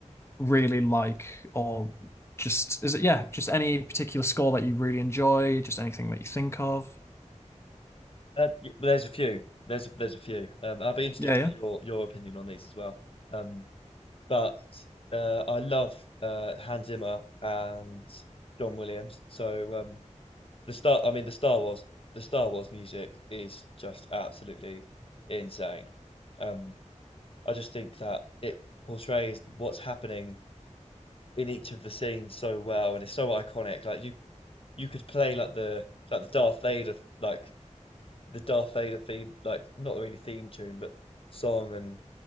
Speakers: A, on the left (about 20°); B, on the left (about 45°).
A: really like, or just is it yeah, just any particular score that you really enjoy, just anything that you think of?
B: Uh, y- well, there's a few. There's a, there's a few. Um, I'll be interested
A: Yeah,
B: to
A: yeah.
B: get your your opinion on these as well. Um, but uh, I love uh, Hans Zimmer and John Williams. So um, the Star, I mean the Star Wars, the Star Wars music is just absolutely insane. Um, I just think that it portrays what's happening in each of the scenes so well, and it's so iconic. Like you, you could play like the like the Darth Vader like the Darth Vader theme, like not really theme tune, but song, and